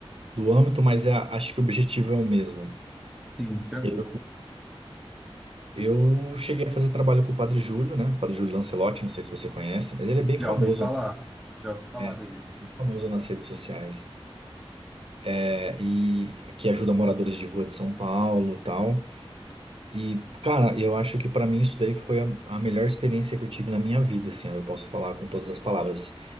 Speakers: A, on the right (about 65°); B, in the centre.
A: do âmbito, mas é, acho que o objetivo é o mesmo.
B: Sim, tranquilo.
A: Eu, eu cheguei a fazer trabalho com o Padre Júlio, né? Padre Júlio Lancelotti, não sei se você conhece, mas ele é bem
B: Já
A: famoso,
B: ouvi falar, já ouvi falar
A: é,
B: dele.
A: bem famoso nas redes sociais. É, e que ajuda moradores de rua de São Paulo, tal. E, cara, eu acho que pra mim isso daí foi a, a melhor experiência que eu tive na minha vida, assim, ó, eu posso falar com todas as palavras.